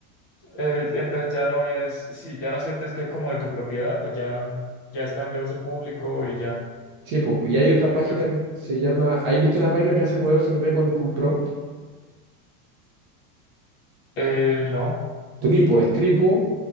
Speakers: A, on the left; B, on the right.
A: Eh, entonces ya no es, si ya no sientes que es como de tu propiedad, pues ya, ya están de uso público y ya,
B: Sí, pues, y hay
A: eh,
B: otra
A: y
B: página
A: pues
B: que se llama, ¿hay visto la página que hace modelos 3D con, con prompt?
A: eh, no,
B: Tripo, es Tripo